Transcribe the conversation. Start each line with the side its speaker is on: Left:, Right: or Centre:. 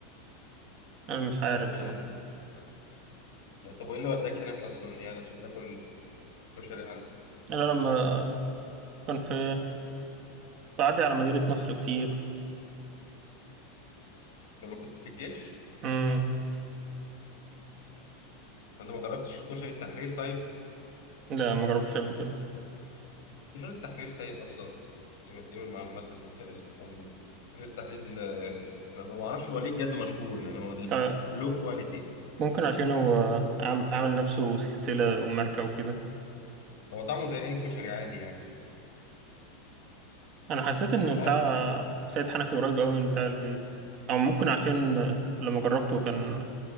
Right: أنا مش عارف
Left: مش عارف ايه
Right: أنا
Left: ولا إيه. طب وايه اللي وداك هناك اصلا يعني عشان تاكل كشري عندك
Right: لما كان في بعدي على مدينة نصر كتير
Left: لما كنت في الجيش؟
Right: مم.
Left: انت ما جربتش كشري التحرير طيب
Right: لا ما جربتش قبل كده
Left: كشري التحرير سيء اصلا دي من دي من المعلومات اللي <laughs> كشري التحرير آه، ما ما اعرفش هو ليه بجد مشهور يعني هو
Right: بس
Left: لو كواليتي
Right: ممكن عشان هو عام- عامل نفسه سلسلة وماركة وكده
Left: هو طعمه زي اي كشري عادي يعني
Right: أنا حسيت إن
Left: لا
Right: بتاع سيد حنفي قريب أوي من بتاع البيت أو ممكن عشان لما جربته كان